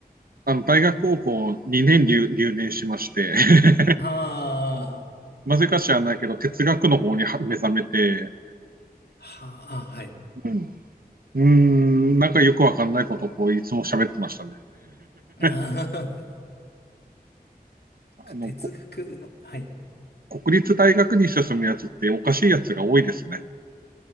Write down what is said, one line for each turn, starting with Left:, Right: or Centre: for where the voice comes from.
Right: あの大学をこう2年留、留年しまして <laughs>、
Left: はあ、
Right: なぜか知らないけど、哲学の方に目覚めて、
Left: はあ、はい。
Right: うんうーん、なんかよくわかんないことをこういつも喋ってましたね。
Left: あ
Right: <laughs> あの、
Left: ー哲学、
Right: こ
Left: はい。
Right: 国立大学に進むやつっておかしいやつが多いですね。